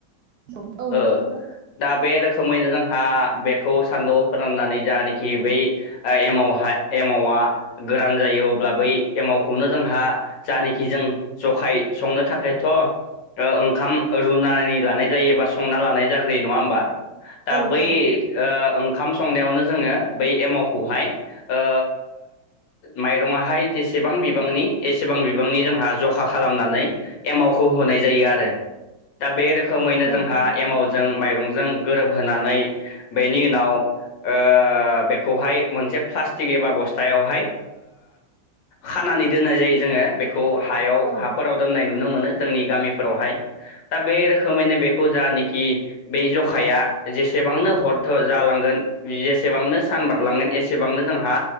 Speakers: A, on the right (about 70°); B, on the left (about 70°).
A: औ औ
B: ओ
A: नंगौ नोंथां।
B: दा बे रोखोमैनो जोंहा बेखौ सानदुङाव फोराननानै जानाखि बै एमावहा एमावा गोरान जायो अब्ला बै एमावखौनो जोंहा जानिखि जों जखाय संनो थाखायथ' ओंखाम रुनानै लानाय जायो एबा संना लानाय जाग्रोयो नङा होमबा दा
A: औ
B: बै
A: औ
B: ओ ओंखाम संनायावनो जोङो बै एमावखौहाय ओ माइरङाहाय जेसेबां बिबांनि एसेबां बिबांनि जोंहा जखा खालामनानै एमावखौ होनाय जायो आरो। दा बे रोखोमैनो
A: औ
B: जोंहा
A: नंगौ नोंथां
B: एमावजों माइरंजों गोरोबहोनानै बेनि उनाव ओ बेखौहाय मोनसे प्लास्टिक एबा बस्थायावहाय खानानि दोननाय जायो जोङो बेखौ हायाव
A: औ
B: हाफोराव दोननाय नुनो मोनो जोंनि गामिफोरावहाय। दा बे रोखोमैनो बेखौ जानाखि बै जखाया जेसेबांनो हर जालांगोन जेसेबांनो सान बारलांगोन एसेबांनो जोंहा